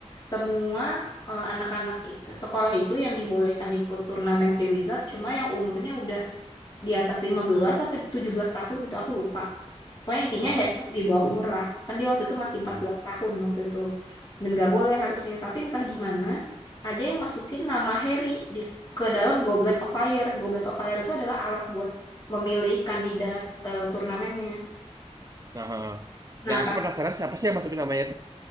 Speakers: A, on the left; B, on the right.
A: semua eh, anak-anak i- sekolah itu yang dibolehkan ikut turnamen Three Wizard, cuma yang umurnya udah di atas 15 sampai 17 tahun gitu aku lupa. Pokoknya intinya
B: Heeh.
A: Harry masih di bawah umur lah. Kan dia waktu itu masih empat
B: Hmm.
A: belas tahun waktu itu. Dan gak boleh harusnya. Tapi entah gimana, ada yang masukin nama Harry di ke dalam Goblet of Fire. Goblet of Fire itu adalah alat buat memilih kandidat eh, turnamennya.
B: Nah, heeh.
A: Nah,
B: nah
A: pas
B: aku penasaran siapa sih yang masukin namanya itu?